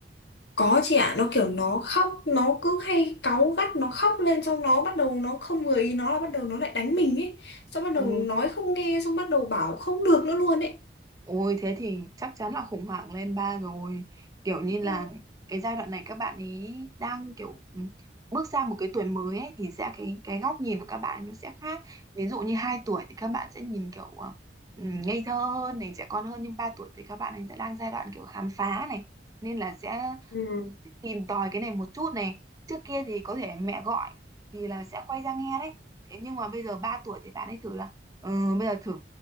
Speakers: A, on the left; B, on the right.
A: có chị ạ nó kiểu nó khóc nó cứ hay cáu gắt nó khóc lên xong nó bắt đầu nó không vừa ý nó là bắt đầu nó lại đánh mình ấy xong bắt đầu
B: ừ.
A: nói không nghe xong bắt đầu bảo không được nữa luôn ấy
B: Ôi thế thì chắc chắn là khủng hoảng lên ba rồi. Kiểu như
A: ừ.
B: là cái giai đoạn này các bạn ấy đang kiểu ừ, bước sang một cái tuổi mới ấy, thì sẽ cái cái góc nhìn của các bạn ấy nó sẽ khác. Ví dụ như 2 tuổi thì các bạn sẽ nhìn kiểu ờ, ừ, ngây thơ hơn này, trẻ con hơn nhưng 3 tuổi thì các bạn ấy sẽ đang giai đoạn kiểu khám phá này nên là sẽ
A: Ừ.
B: ừ, thích tìm tòi cái này một chút này. Trước kia thì có thể mẹ gọi thì là sẽ quay ra nghe đấy. Thế nhưng mà bây giờ 3 tuổi thì bạn ấy thử là ừ, bây giờ thử